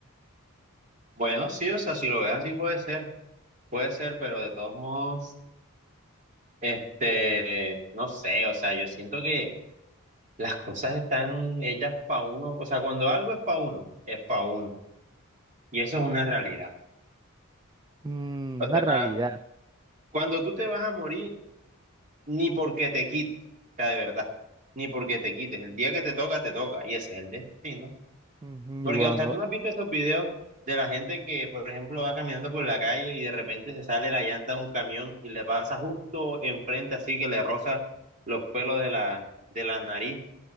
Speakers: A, on the right; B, on the right.
A: Bueno, sí, o sea, si lo ves así puede ser. Puede ser, pero de todos modos, este, no sé, o sea, yo siento que las cosas están hechas para uno, o sea, cuando algo es para uno, es para uno, y eso es una realidad.
B: Mm,
A: O sea,
B: una realidad.
A: na- cuando tú te vas a morir, ni porque te quites, o sea, de verdad, ni porque te quites, el día que te toca, te toca, y ese es el destino.
B: Ujú,
A: Porque,
B: Igual,
A: o sea,
B: no,
A: tú no has visto esos videos de la gente que, por ejemplo, va caminando por la calle y de repente se sale la llanta de un camión y le pasa justo enfrente, así que le roza los pelos de la, de la nariz